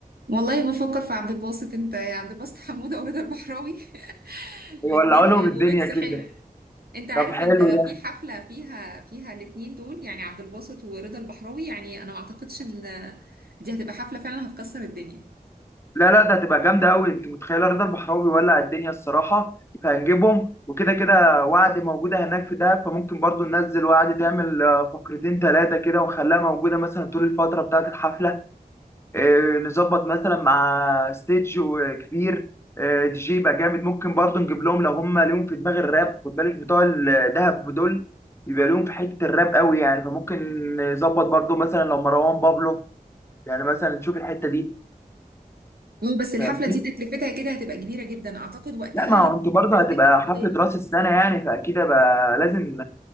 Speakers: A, on the right (about 80°); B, on the left (about 15°).
A: والله بفكر في عبد الباسط انت يا عبد الباسط حمودة ورضا البحراوي <laughs>
B: ولا
A: الاتنين هيبقوا
B: لهم الدنيا
A: ميكس
B: كده
A: حلو انت عارف
B: طب حلو
A: انت لو في
B: ده.
A: حفلة فيها فيها الاتنين دول يعني عبد الباسط ورضا البحراوي يعني انا ما اعتقدش ان دي هتبقى حفلة فعلا هتكسر الدنيا
B: لا لا ده هتبقى جامده قوي انت متخيله رضا البحراوي ولع الدنيا الصراحه فهنجيبهم وكده كده وعد موجوده هناك في دهب فممكن برضو ننزل وعد تعمل آه، فقرتين ثلاثه كده ونخليها موجوده مثلا طول الفتره بتاعه الحفله آه، نظبط مثلا مع ستيج كبير آه، دي جي يبقى جامد ممكن برضو نجيب لهم لو هم ليهم في دماغ الراب خد بالك بتوع الدهب دول بيبقى ليهم في حته الراب قوي يعني فممكن نظبط برضو مثلا لو مروان بابلو يعني مثلا نشوف الحته دي
A: مم، بس الحفلة
B: فاهمني
A: دي تكلفتها كده هتبقى كبيرة جدا اعتقد وقتها
B: لا ما
A: يبقى
B: هو انتوا برضه
A: التيكت
B: هتبقى
A: غالي
B: حفلة راس السنة يعني فأكيد بقى لازم